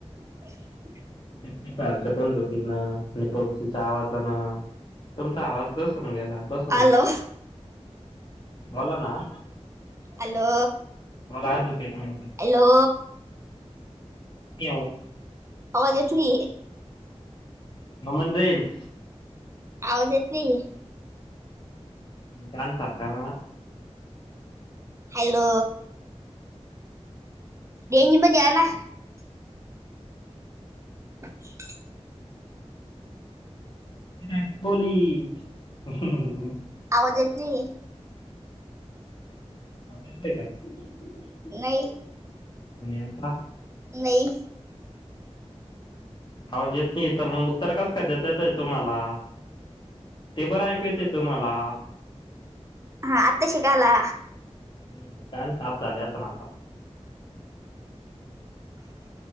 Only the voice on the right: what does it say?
हो
हॅलो
हॅलो
हॅलो
आवाज येत नाही
आवाज येत नाही
हॅलो रेंजमध्ये यांना अच्छा
आवाज येत नाहीये.
नाही
नाही
हा आता शिक आला